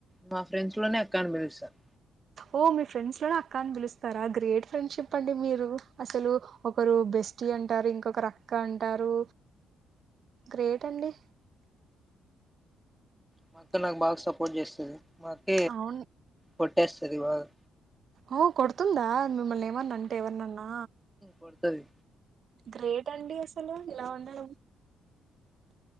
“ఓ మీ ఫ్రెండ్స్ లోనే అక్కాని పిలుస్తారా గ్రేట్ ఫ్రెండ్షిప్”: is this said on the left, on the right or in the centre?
Right